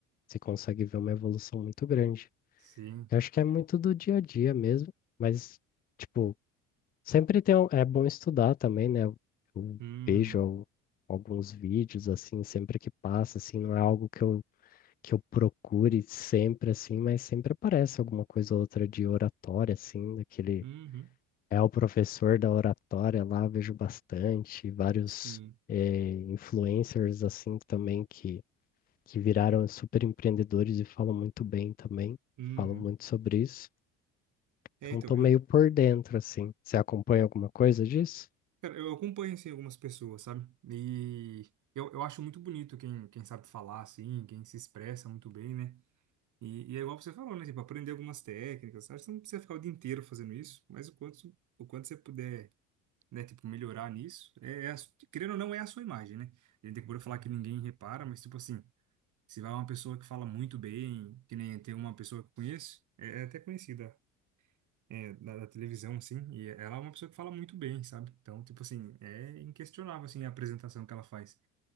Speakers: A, on the left; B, on the right.
A: você consegue ver uma evolução muito grande.
B: sim.
A: Eu acho que é muito do dia a dia mesmo, mas, tipo, Sempre tem um, é bom estudar também, né? Eu eu
B: Uhum,
A: vejo al- alguns vídeos assim, sempre que passa, assim, não é algo que eu, que eu procure sempre assim, mas sempre aparece alguma coisa ou outra de oratória, assim, daquele
B: uhum,
A: é o professor da oratória lá, vejo bastante, vários
B: sim.
A: eh, influencers assim também que, que viraram super empreendedores e falam muito bem também,
B: Uhum.
A: falam muito sobre isso.
B: É,
A: Então
B: então,
A: tô
B: eu,
A: meio por dentro, assim. Você acompanha alguma coisa disso?
B: cara, eu acompanho, assim, algumas pessoas, sabe? E eu, eu acho muito bonito quem, quem sabe falar, assim, quem se expressa muito bem, né? E, e é igual você falou, né? Tipo, aprender algumas técnicas. sabe que você não precisa ficar o dia inteiro fazendo isso, mas o quanto, o quanto você puder, né? Tipo, melhorar nisso, é, é a, su- querendo ou não, é a sua imagem, né? A gente procura falar que ninguém repara, mas, tipo assim, se vai uma pessoa que fala muito bem, que nem tem uma pessoa que eu conheço, é, é até conhecida, é, da, da televisão, assim, e ela é uma pessoa que fala muito bem, sabe? Então, tipo assim, é inquestionável, assim, a apresentação que ela faz.